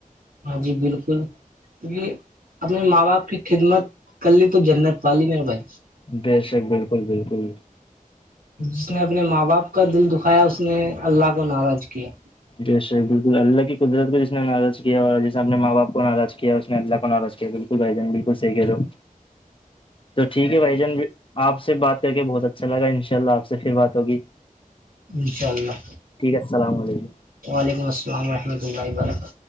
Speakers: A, on the right (about 75°); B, on the left (about 35°).
A: ہاں جی بالکل یہ اپنے ماں باپ کی خدمت کللی تو جنت پالی میرا بھائی
B: بے شک بالکل بالکل
A: جس نے اپنے ماں باپ کا دل دکھایا اس نے اللہ کو ناراض کیا
B: جیسے بالکل اللہ کی قدرت کو جس نے ناراض کیا اور جس اپنے ماں باپ کو ناراض کیا اس نے اللہ کو ناراض کیا بالکل بک بھائی جان بالکل صحیح کہ رہو تو ٹھیک ہے بھائی جان آپ سے بات کر کے بہت اچھا لگا ان شاء اللہ آپ سے پھر بات ہوگی
A: انشاء اللہ
B: ٹھیک ہے السلام علیکم
A: وعلیکم السلام ورحمۃ اللہ و برکاتہ